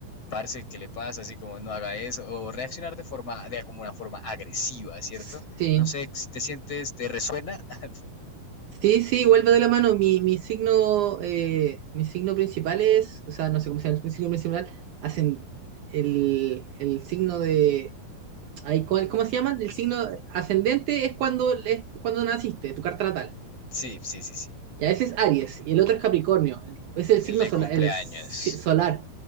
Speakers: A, on the left; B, on the right.
A: parce, ¿qué le pasa? Así como, no haga eso. O reaccionar de forma, de como una forma agresiva, ¿cierto?
B: <laughs> Sí.
A: No sé, si te sientes, ¿te resuena? <laughs>
B: Sí, sí, vuelve de la mano. Mi, mi signo, eh, mi signo principal es, o sea, no sé cómo se llama el signo principal, hacen el, el signo de, ay, ¿cómo, cómo se llama? El signo ascendente es cuando, es cuando naciste, tu carta natal.
A: Sí, sí, sí, sí.
B: Y a veces es Aries, y el otro es Capricornio. es el
A: El
B: signo
A: del
B: solar,
A: cumpleaños.
B: el si- solar.